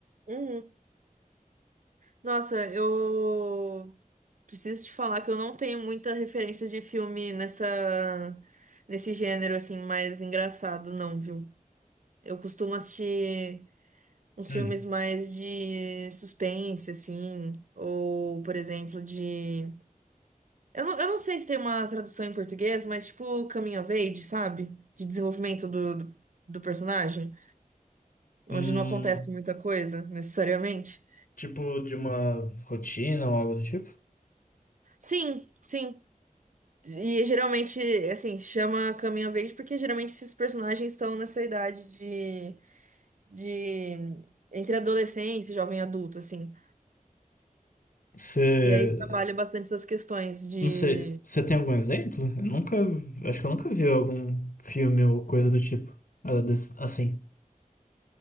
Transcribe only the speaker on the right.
Uhum. Nossa, eu preciso te falar que eu não tenho muita referência de filme nessa nesse gênero assim mais engraçado, não, viu? Eu costumo assistir uns
filmes mais de suspense, assim, ou, por exemplo, de... Eu não, eu não sei se tem uma tradução em português, mas tipo coming of age, sabe? De desenvolvimento do, do, do personagem,
onde não acontece muita coisa, necessariamente.
Sim, sim. E geralmente, assim, se chama Caminho Verde porque geralmente esses personagens estão nessa idade de, de entre adolescência e jovem adulto, assim.
E aí trabalha bastante essas questões de.